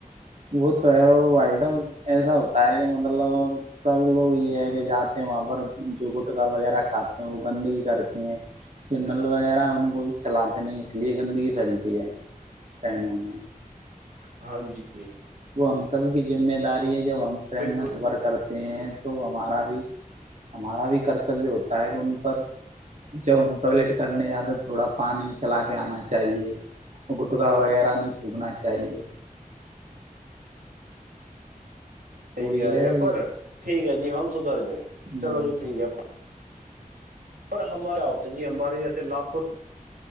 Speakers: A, on the right (about 50°); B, on the right (about 85°).
A: وہ تو ہے وہ بھائی صاحب ایسا ہوتا ہے کہ مطلب سب لوگ یہ ہے کہ جاتے ہیں وہاں پر جو گٹکا وغیرہ کھاتے ہیں وہ گندگی کرتے ہیں جو نل وغیرہ ان کو بھی چلاتے نہیں اس لیے گندگی پھیلتی ہے ٹرینوں میں
B: ہاں جی
A: وہ ہم سب کی ذمہ داری یہ جب ہم ٹرین
B: بالکل
A: میں سفر کرتے ہیں تو ہمارا بھی ہمارا بھی کرتبیہ ہوتا ہے ان پر جب ہم ٹوائلیٹ کرنے جاتے ہیں تو تھوڑا پانی چلا کے آنا چاہیے گٹگا وغیرہ نہیں دوگنا چاہیے
B: یہحی
A: وہی
B: کہہ رہے
A: ہے
B: ہیں
A: کہ
B: پر
A: جو
B: ٹھیک ہے جی جی ہم سدھر گئے
A: ہوں،
B: چلو جی ٹھیک ہے اور ہمارا ہوتا جی ہمارے جیسے لاکھوں